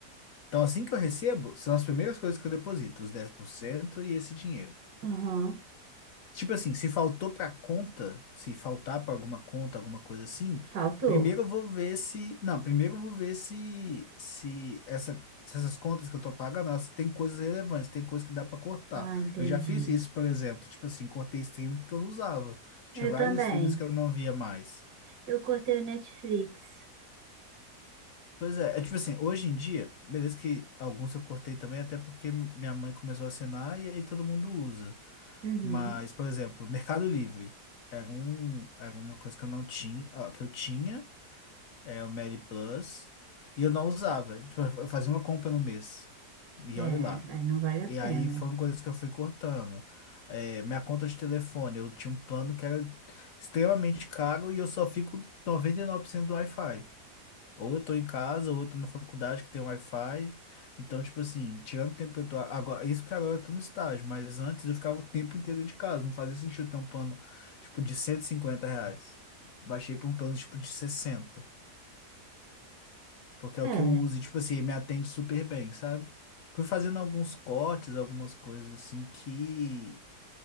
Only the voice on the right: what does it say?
Aham.
Faltou.
Ah, entendi.
Eu
também.
Eu cortei o Netflix.
Uhum.
É,
aí não vale a
pena.
É,